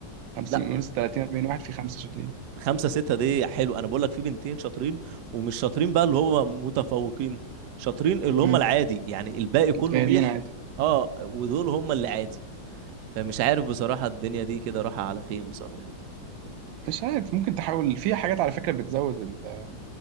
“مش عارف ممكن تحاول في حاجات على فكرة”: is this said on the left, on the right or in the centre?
Right